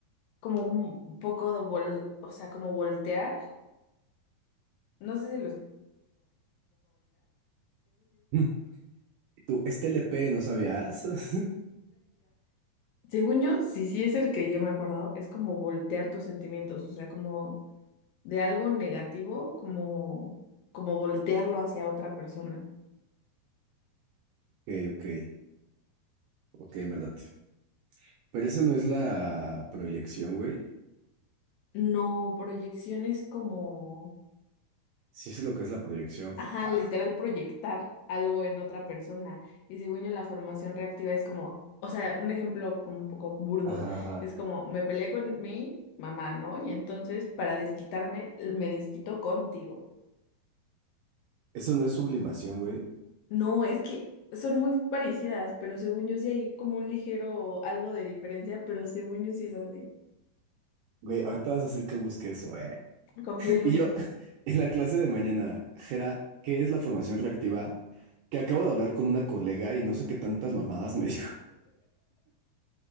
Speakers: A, on the left; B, on the right.
A: como un poco de vol, o sea, como voltear. No sé
B: Mm. Tú, es TLP, ¿no sabías? <laughs>
A: Según yo, sí sí es el que yo me acuerdo, es como voltear tus sentimientos, o sea, como de algo negativo, como, como voltearlo hacia otra persona.
B: Ok, ok, ok, me late. Pero esa no es la proyección, güey.
A: No, proyección es como,
B: Sí, eso es lo que es la proyección, Jota.
A: ajá, literal proyectar algo en otra persona. Y según yo, la formación reactiva es como, o sea, un ejemplo como un poco burdo,
B: Ajá, ajá.
A: es como, me peleé con mi mamá, ¿no? Y entonces, para desquitarme, me desquito contigo.
B: Eso no es sublimación, güey.
A: No, es que son muy parecidas, pero según yo sí hay como un ligero algo de diferencia, pero según yo sí es así.
B: Güey, ahorita vas a hacer que busque eso, eh.
A: Confía
B: <laughs>
A: en
B: Y
A: mí.
B: yo,
A: <laughs>
B: en la clase de mañana, Jera, ¿qué es la formación reactiva? Que acabo de hablar con una colega y no sé qué tantas mamadas me dijo